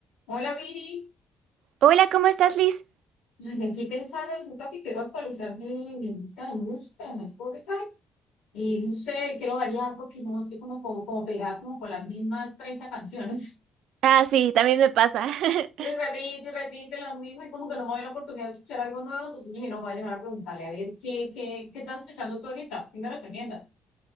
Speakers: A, on the left; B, on the right.
A: Hola Viri,
B: Hola, ¿cómo estás, Liz?
A: Ay, aquí pensando, resulta que quiero actualizar mi, mi lista de música en Spotify y no sé, quiero variar porque no estoy como, como, como pegada como con las mismas 30 canciones. <laughs>
B: Ah, sí, también me pasa. <laughs>
A: Y repite, y repite las mismas y como que no me doy la oportunidad de escuchar algo nuevo, entonces dije, no, voy a llamar a preguntarle a ver qué, qué, qué estás escuchando tú ahorita, ¿qué me recomiendas?